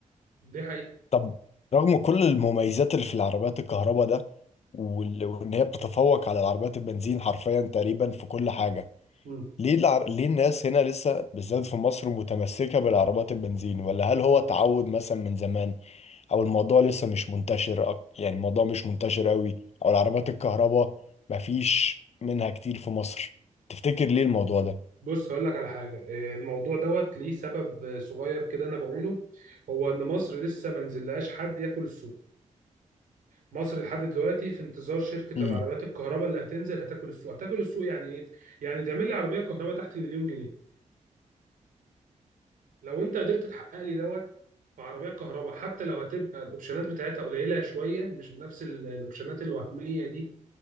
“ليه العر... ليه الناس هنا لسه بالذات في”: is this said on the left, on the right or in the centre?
Left